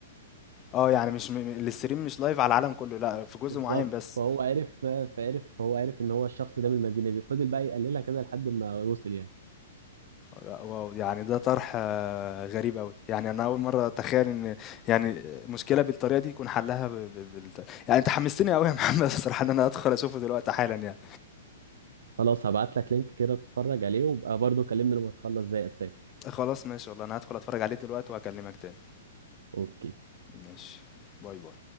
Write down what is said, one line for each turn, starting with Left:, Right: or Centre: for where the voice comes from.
Left: اه يعني مش م... م- الاستريم مش لايف على العالم كله لا في جزء
Right: بالظبط
Left: معين بس
Right: فهو عرف فعرف فهو عرف ان هو الشخص ده من المدينة دي وفضل بقى يقللها كده لحد ما وصل يعني
Left: لا واو يعني ده طرح آه، غريب قوي يعني انا اول مره اتخيل ان يعني مشكله بالطريقه دي يكون حلها ب... ب... بالت... يعني انت حمستني قوي يا محمد <laughs> الصراحه ان انا ادخل اشوفه دلوقتي حالا يعني
Right: خلاص هبعت لك لينك كده اتفرج عليه وابقى برضه كلمني لما تخلص زي التاني
Left: خلاص ماشي والله انا هدخل اتفرج عليه دلوقتي وهكلمك تاني
Right: اوكي
Left: ماشي باي باي